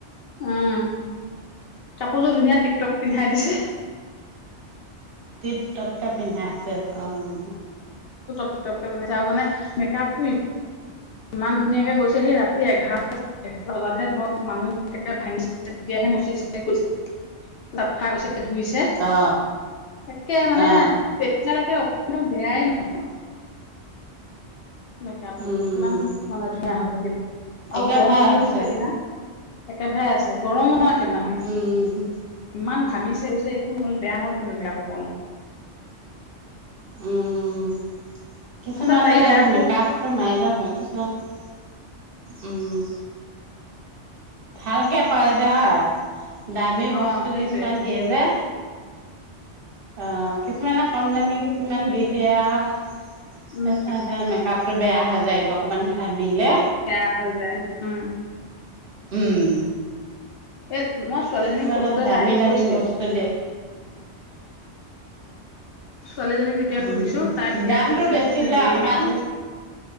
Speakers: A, on the left (about 60°); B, on the right (about 55°).
A: উম কাপোৰযোৰ ধুনীয়া টিপটপ পিন্ধাই দিছে।
B: টিপ টপ, টপ পিন্ধাইছে। অঁ!
A: টিকটপকে বনাইছে, আৰু মানে মেকআপটো ইমান ইমান ধুনীয়াকে গৈছে সেই ৰাতি এঘাৰ- বজাতহে ধৰক মানুহ ভাঙিছে, তেতিয়াহে মচিছে চাফা‌ কৰিছে ধুইছে,
B: অ
A: একে মানে
B: অ
A: তেতিয়ালকে নো বেয়াই ন মেকআপটো
B: উম
A: ইমান মানে ধুনীয়া হৈ থাকিলে
B: একেভাগে
A: আৰু গৰমো দিলে
B: আছে
A: নহয় সেইদিনা। একেভাগেই আছে, গৰমো নহয়।
B: উম!
A: সেইদিনাখন
B: উম! হম।
A: ইমান ঘামিছে কৈছে একো নহল, বেয়া হ'ল কিন্তু মেকআপ অকনো
B: উম। কিছুমানে
A: তাতে তাইও বেয়া
B: সেই
A: হ'ব
B: মেকআপটো মাৰিলে হয়, কিছুমানে উম। ভালকে কৰেযে হয়? দামী
A: অ
B: বস্তু
A: সেইটোৱে
B: কিছুমান দিয়ে যে। অ কিছুমানে কমদামী কিছুমান দি দিয়ে আৰু <unintelligible>
A: উম
B: সে মেকাপ এইটো বেয়া। <unintelligible> <unintelligible> যায়গে অকমান ঘামিলে
A: বেয়া হৈ যায় উম
B: উম
A: এ মই ছোৱালীজনীক
B: কিছুমানে
A: সোধোতে
B: দামী
A: তাই
B: দামী
A: কৈছে।
B: বস্তু দিয়ে
A: ছোৱালীজনীক যেতিয়া
B: উম
A: সুধিছো তাই তেতিয়া
B: দামটো
A: কৈছে
B: বেছি
A: কৈছে
B: লয়
A: হে
B: অকমান
A: মেকআপ অ